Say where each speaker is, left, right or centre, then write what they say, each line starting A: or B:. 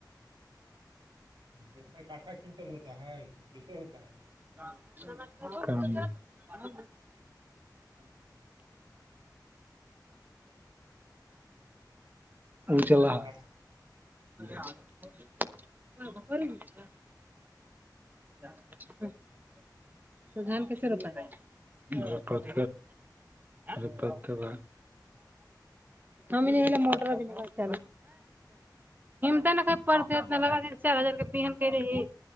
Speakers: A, on the right; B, on the right.
A: کتنا کاٹھا کنٹل ہوتا ہے کییسے ہوتا ہے
B: <unintelligible> <unintelligible>
A: <unintelligible>
B: ہ ا چلا
A: کاٹھا
B: <unintelligible> ب گچا <unintelligible> تو دان کیسے روپا ہے دپد دپد کا ہم موٹر چ تو نا کہ پرس اتنا لگا د چار ہزار کے بی کر رہی